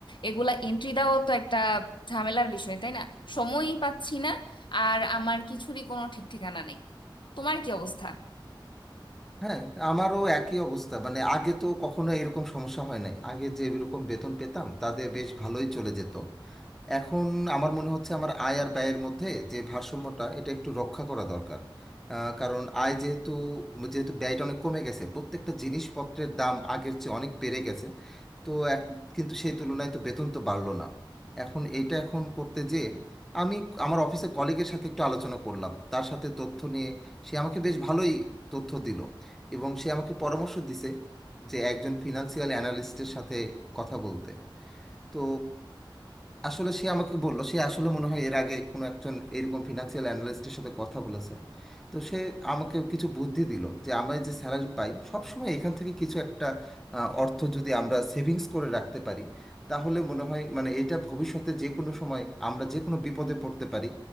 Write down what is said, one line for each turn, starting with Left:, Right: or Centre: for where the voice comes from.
Left: এগুলা এন্ট্রি দেওয়াও তো একটা ঝামেলার বিষয় তাই না সময়ই পাচ্ছি না আর আমার কিছুরই কোনো ঠিক ঠিকানা নেই তোমার কি অবস্থা
Centre: হ্যাঁ আমারও একই অবস্থা মানে আগে তো কখনো এরকম সমস্যা হয় নাই আগে যে এরকম বেতন পেতাম তাতে বেশ ভালোই চলে যেত এখন আমার মনে হচ্ছে আমার আয় আর ব্যয়ের মধ্যে যে ভারসাম্যটা এটা একটু রক্ষা করা দরকার আহ, কারণ আয় যেহেতু যেহেতু ব্যয়টা অনেক কমে গেছে প্রত্যেকটা জিনিসপত্রের দাম আগের চেয়ে অনেক বেড়ে গেছে তো এক কিন্তু সেই তুলনায় তো বেতন তো বাড়লো না এখন এইটা এখন করতে যে আমি আমার অফিসের কলিগের সাথে একটু আলোচনা করলাম তার সাথে তথ্য নিয়ে সে আমাকে বেশ ভালোই তথ্য দিল এবং সে আমাকে পরামর্শ দিছে যে একজন ফিনান্সিয়াল অ্যানালিস্টের সাথে কথা বলতে তো আসলে সে আমাকে বললো সে আসলে মনে হয় এর আগে কোনো একজন এরকম ফিনান্সিয়াল অ্যানালিস্টের সাথে কথা বলেছে তো সে আমাকে কিছু বুদ্ধি দিল যে আমরা যে স্যালারি পাই সবসময় এখান থেকে কিছু একটা আহ, অর্থ যদি আমরা সেভিংস করে রাখতে পারি তাহলে মনে হয় মানে এটা ভবিষ্যতে যে কোনো সময় আমরা যে কোনো বিপদে পড়তে পারি